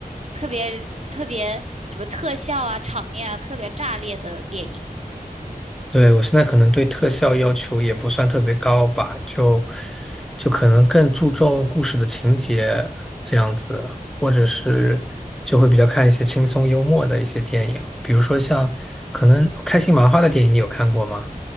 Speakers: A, on the right; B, in the centre.
A: 特别特别什么特效啊、场面啊特别炸裂的电影。
B: 对，我现在可能对特效要求也不算特别高吧，就就可能更注重故事的情节这样子，或者是就会比较看一些轻松幽默的一些电影，比如说像可能开心麻花的电影，你有看过吗？